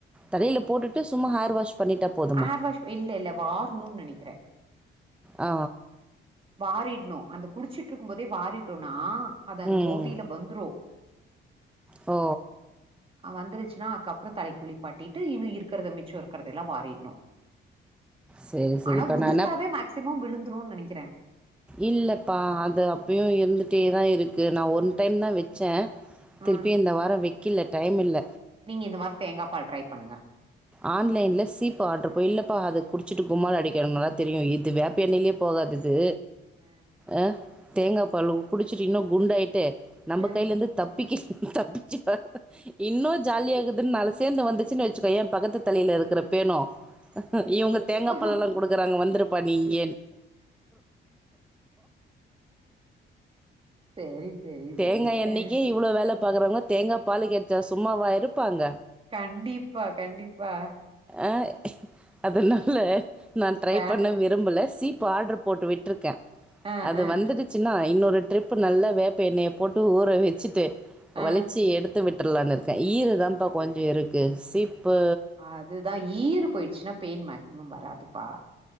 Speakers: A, in the centre; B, on the right.
A: தலைல போட்டுட்டு சு சும்மா ஹேர் வாஷ் பண்ணிட்டா போதும்
B: ஹேர் வாஷ் இல்ல இல்ல வார்ணு நெனக்கிறே
A: ஆ
B: வாரிட்ணு அந்த குடிச்சிட்டு இருக்கும் போதே வாரிட்டோனா அது அந்த
A: ம்.
B: போதில வந்துரும்
A: ஓ
B: வந்துருச்சின்னா அதுக்கப்பறோ தலக்கி குளிப்பாட்டிட்டு இன்னு இருக்கறத மிச்சோ இருக்கறத எல்லா வாரிட்ணு
A: சரி, சரி.
B: ஆனா
A: இப்ப
B: உதிர்த்தாவே
A: நான் என்ன
B: மேக்சிமம் விழுந்துரும்னு நெனக்கிறே
A: இல்லப்பா அது அப்பயு இருந்துட்டே தா இருக்கு நா ஒன் டைம் தா வச்சே திருப்பி
B: ம்
A: இந்த வாரோ வெக்கில டைமில்ல
B: நீங்க இந்த மாரி தேங்கா பால் ட்ரை பண்ணுங்க
A: ஆன்லைன்ல் சீப்பு ஆர்டரு பா இல்லப்பா அத குடிச்சிட்டு கும்மால அடிக்றவங்கள தெரியு இது வேப்ப எண்ணெய்லே போகாதுக்கு
B: அ
A: ஆ தேங்கா பாலு குடிச்சுட்டிங்கனா குண்டாயிட்டு நம்ப
B: ஏ.
A: கையிலருந்து தப்பிக்க தப்பிச்சு வா இன்னு ஜாலியாருக்குதுன்னு நாலு சேந்து வந்துச்சுன்னு வச்சுக்கோயே பக்கத்து தலையில இருக்குற பேணு இவங்க தேங்கா பால்லலா
B: ஓ
A: குடுக்குறாங்க வந்துருப்பா நீங்க
B: சேரி சேரி
A: தேங்காய்
B: சேரி
A: எண்ணெய்க்கே
B: அ
A: இவ்ளோ வேல பாக்குறவங்க தேங்கா பாலு கெடைச்சா சும்மாவா இருப்பாங்க
B: கண்டிப்பா கண்டிப்பா
A: ஆ அதனால நா ட்ரைப்
B: வே
A: பண்ண விரும்பல சீப் ப ஆர்டர் போட்டு விட்டுருக்கே
B: அ
A: அது
B: அ
A: வந்துடுச்சுன்னா இன்னொரு ட்ரிப்பு நல்ல வேப் பெண்ணெயை போட்டு ஊற வச்சிட்டு
B: அ
A: வலிச்சி எடுத் எடுத்து விட்றலானு இருக்கே ஈறு தான்பா கொஞ்சோன் இருக்கு சீப்பு
B: அது தா ஈறு போயிடுச்சினா பேன் மேக்ஸிமம் வராதுப்பா